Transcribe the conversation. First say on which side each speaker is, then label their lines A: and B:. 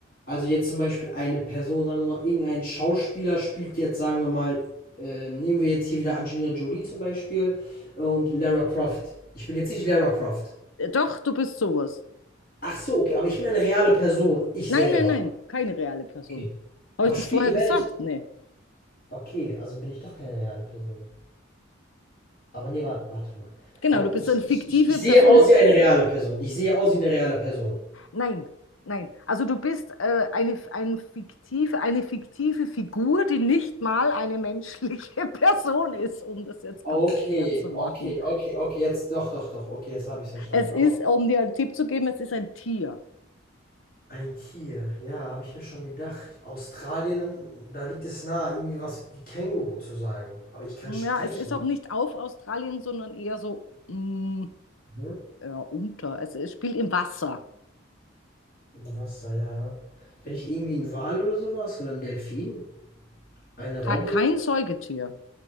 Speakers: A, on the left; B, on the left.
A: also jetzt zum Beispiel eine Person, sagen wir mal, irgendein Schauspieler spielt jetzt, sagen wir mal, äh, nehmen wir jetzt hier wieder Angelina Jolie zum Beispiel und Lara Croft. Ich bin jetzt nicht Lara Croft.
B: Äh, Doch, du bist sowas.
A: Ach so, okay, aber ich bin eine reale Person, ich
B: Nein,
A: selber.
B: nein, nein, keine reale Person.
A: Okay.
B: Habe
A: Aber
B: ich
A: Spiele
B: das vorher
A: werde
B: gesagt?
A: ich.
B: Nee.
A: Okay, also bin ich doch keine reale Person. Aber nee, warte, warte mal.
B: Genau,
A: Aber
B: du bist
A: ich,
B: eine fiktive
A: ich, ich, ich sehe
B: Person.
A: aus wie eine reale Person. Ich sehe aus wie eine reale Person.
B: Nein, nein. Also du bist äh, eine, ein fiktive, eine fiktive Figur, die nicht mal eine menschliche <laughs> Person ist, um das jetzt
A: Okay,
B: ganz schwer zu
A: okay,
B: machen.
A: okay, okay, jetzt doch, doch, doch, okay, jetzt habe ich es verstanden.
B: Es
A: Aber
B: ist, um dir einen Tipp zu geben, es ist ein Tier.
A: ein Tier, ja, habe ich mir schon gedacht. Australien, da liegt es nahe, irgendwie was wie Känguru zu sagen. Aber ich kann
B: Ja,
A: sprechen.
B: es ist auch nicht auf Australien, sondern eher so mm,
A: Mhm.
B: ja, unter. Es, es spielt im Wasser.
A: Im Wasser, ja. Bin ich irgendwie ein Wal oder sowas? Oder ein Delfin? Eine
B: Kein,
A: Robbe?
B: kein Säugetier.